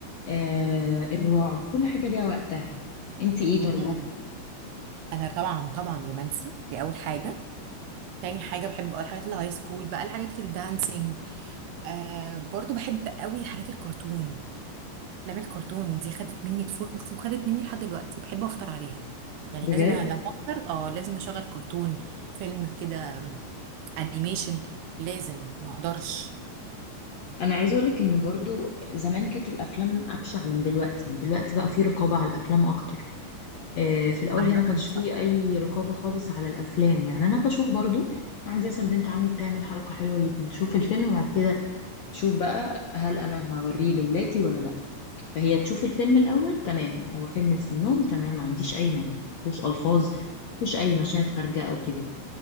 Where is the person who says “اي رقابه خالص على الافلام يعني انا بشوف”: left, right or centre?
Left